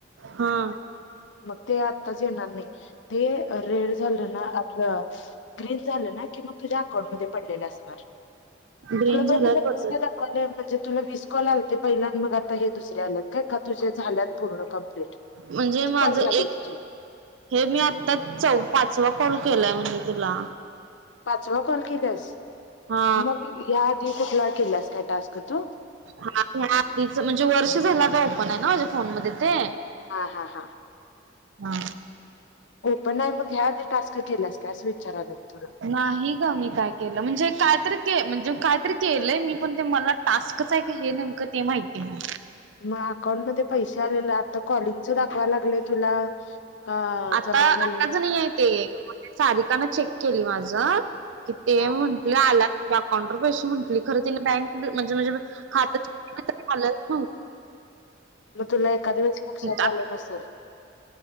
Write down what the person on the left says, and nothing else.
मग ते आत्ताच येणार नाही ते रेड झालं ना आपलं ग्रीन झालं ना कि मग तुझ्या अकाउंट मध्ये पडलेले असणार
तुला
दो
ले म्हणजे तुला मिस कॉल आल पहिल्या मग आता हे दुसरे आल्यात काय का तुझे झाल्यात पूण कम्प्लीट
किती
कॉल झाले
तुझे
पाचवा कॉल केलास
मग या आधी कुठला केलास काय टास्क तू
हा हा हा
पण नाही मग ह्या अधी टास्क केलास काय असं विचार आलं मी तुला
मग अकाउंटमध्येध्ये पैसे आलेले आता कॉलिंगच दाखवाय लागलंय तुला का
जमा झालेलं
हा
मत ला एक क अधवीस ल शाताल
ना सर